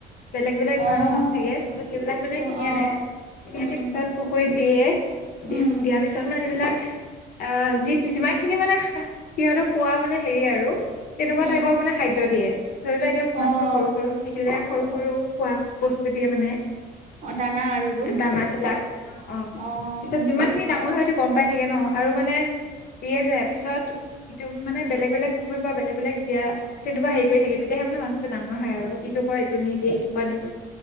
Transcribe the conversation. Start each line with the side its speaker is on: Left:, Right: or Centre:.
Left: বেলেগ বেলেগ
Right: অ',
Left: ধৰণৰ মাছ থাকে
Right: আচ্ছা।
Left: পিছত সেইবিলাক মানে
Right: অ',
Left: কিনি
Right: অ',
Left: আনে কিনি
Right: উম,
Left: আনি
Right: উম,
Left: পিছত পুখুৰীত দিয়ে
Right: উম,
Left: দিয়াৰ পিছত মানে এইবিলাক অ যি যিমান খিনি মানে সিহঁতক খোৱা মানে হেৰি আৰু তেনেকুৱা
Right: উম,
Left: টাইপৰ মানে খাদ্য দিয়ে ধৰি লোৱা এতিয়া মাছতটো
Right: অ',
Left: সৰু সৰু থাকিলে সৰু সৰু খোৱা বস্তু দিয়ে মানে
Right: অ', দানা আৰু এইবোৰ
Left: দানা বিলাক অ
Right: অ',
Left: পিছত যিমানখিনি ডাঙৰ হয়তো গম পাই থাকে ন আৰু মানে দিয়ে যোয় পিছত ইটো মানে বেলেগ বেলেগ কুহুৰ পৰা বেলেগ বেলেগ দিয়া তেনেকুৱা হেৰি কৰি থাকে তেয়াহে মানে মাছটো ডাঙৰ হয় আৰু ইটো কোৱা এইটো নিদিয়ে এইটো কোৱা নিটো